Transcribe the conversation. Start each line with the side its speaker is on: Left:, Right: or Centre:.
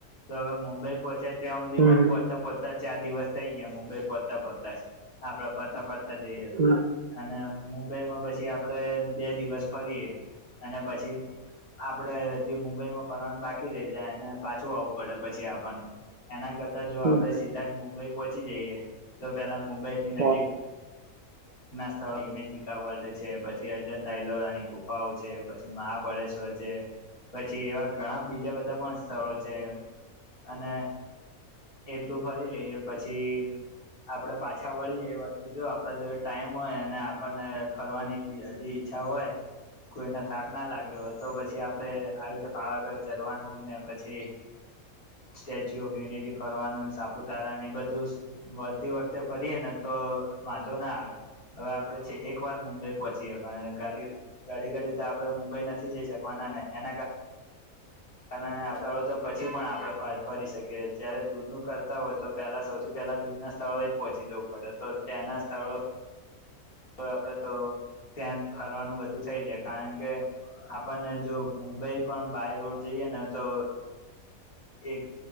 Left: તો હવે મુંબઈ પહોંચ્યા ત્યાં સુધીમાં
Right: હમ
Left: જ પહોંચતા પહોંચતા ચાર દિવસ થઈ ગયા મુંબઈ પહોચતા પહોચતા આપડે ફરતા ફરતા જઈએ તો
Right: હમ
Left: અને મુંબઈમાં પછી આપડે બે દિવસ ફરીએ અને પછી આપડે મુંબઈમાં ફરવાન બાકી રહી જાય અને પાછું આવું. પડે પછી આપ એના કરતા જો આપડે
Right: હમ
Left: સીધા જ મુંબઈ પહોચી જઈએ. તો પેલા મુંબઈ થી નજીક
Right: હા
Left: ના <inaudible> વર્લ્ડ છે પછી અજતાઇલોરાની કુફાઓ છે પછી મહાબળેશ્વર છે પછી એવા ઘણા બીજા બધા પણ સ્થળો છે અને એટલું ફરી લઈએ પછી આપડે પાછા વળીએ એ વખતે જો આપડા જો ટાઈમ હોય અને આપણને ફરવાની હજી ઈચ્છા હોય કોઈને થાક ના લાગ્યો હોય તો પછી આપડે આવી રીતે પાવાગઢ ચઢવાનું ને પછી સ્ટેચ્યુ ઓફ યુનિટી ફરવાનું સાપુતારા એ બધું વળતી વખતે ફરીએ ને તો વાંધો ના આવે. હવે આપણેે છે એક વાર મુંબઈ પહોંચીવાનાડી ગાડી ઘાડી તો આપણે મુંબઈ નથી જઈ શકવાના ને એના કારણેડ તો પછી પણ આપણે ફરી શકીએ જયારે દૂરનું હોય તો પહેલા સૌથી પહેલા દુના સ્થળોએ જ પહોંચી જવું પડે તો ત્યાંના સ્થળો તો આપડે તો ત્યાં ફરવાનું બધું થઇ જાય કારણ કે. આપણને જો મુંબઈ પણ બાય રોડ જઈએ ને તો એક